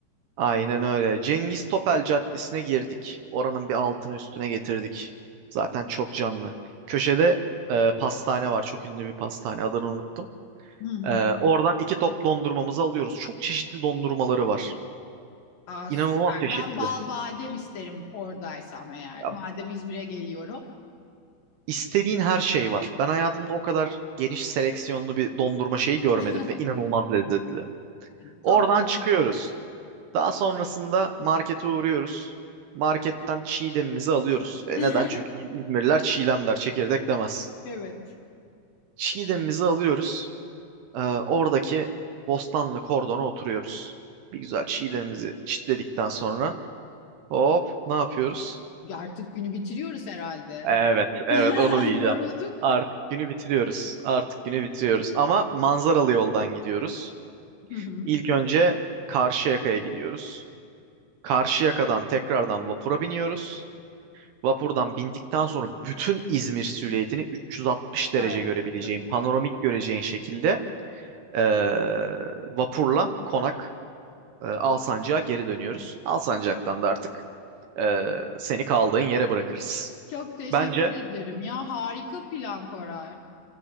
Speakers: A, on the right (about 75°); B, on the left (about 65°).
A: Aynen öyle. Cengiz Topel Caddesi'ne girdik. Oranın bir altını üstüne getirdik. Zaten çok canlı. Köşede e, pastane var. Çok ünlü bir pastane. Adını unuttum.
B: Hı hı.
A: E, oradan iki top dondurmamızı alıyoruz. Çok çeşitli dondurmaları var.
B: Aa,
A: İnanılmaz
B: süper.
A: çeşitli.
B: Ben bal badem isterim oradaysam eğer.
A: Ya,
B: Madem İzmir'e geliyorum.
A: istediğin her şey var. Ben hayatımda o kadar geniş seleksiyonlu bir dondurma şeyi görmedim
B: <laughs>
A: ve inanılmaz lezzetli.
B: Tamam.
A: Oradan çıkıyoruz. Daha sonrasında markete uğruyoruz. Marketten çiğdemimizi alıyoruz. E
B: <laughs>
A: neden? Çünkü İz- İzmirliler çiğdem der, çekirdek demez.
B: Evet.
A: Çiğdemimizi alıyoruz. Ee, oradaki bostanlı kordona oturuyoruz. Bir güzel çiğdemimizi çitledikten sonra hop ne yapıyoruz?
B: Artık günü bitiriyoruz herhalde.
A: Evet,
B: <laughs>
A: evet onu diyeceğim.
B: Yorulduk.
A: Artık günü bitiriyoruz. Artık günü bitiriyoruz. Ama manzaralı yoldan gidiyoruz.
B: Hı hı.
A: İlk önce Karşıyaka'ya gidiyoruz. Karşıyaka'dan tekrardan vapura biniyoruz. Vapurdan bindikten sonra bütün İzmir silüetini 360 derece
B: Ay
A: görebileceğin,
B: çok
A: panoramik
B: güzel.
A: göreceğin şekilde e, vapurla konak e, Alsancak'a geri dönüyoruz. Alsancak'tan da artık e, seni kaldığın yere bırakırız.
B: Çok teşekkür
A: Bence
B: ederim ya. Harika plan Koray.